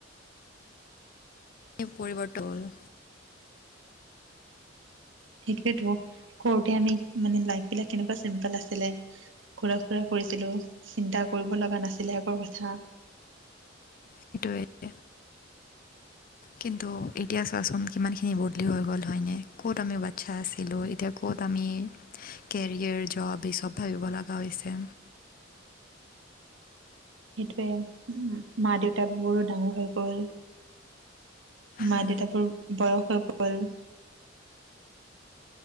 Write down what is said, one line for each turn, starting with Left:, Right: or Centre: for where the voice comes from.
Left: পৰিৱৰ্তন হ'ল।
Right: সেইটোৱেতো, সৰুতে আমি মানে লাইফ বিলাক কেনেকুৱা চিম্পল আছিলে। ঘুৰা ফুৰা কৰিছিলোঁ, চিন্তা কৰিব লগা নাছিলে, আগৰ কথা।
Left: সেইটোৱেইে। কিন্তু, এতিয়া চোৱাচোন কিমানখিনি বদলি হৈ গ'ল হয়নে? ক'ত আমি বাচ্ছা আছিলোঁ। এতিয়া ক'ত আমি কেৰিয়াৰ, জব, এই চব ভাবিব লগা হৈছে।
Right: সেইটোৱে, মা দেউতা বোৰো ডাঙৰ হৈ গ'ল। মা
Left: হা
Right: দেউতা বোৰ বয়স হৈ গ'ল।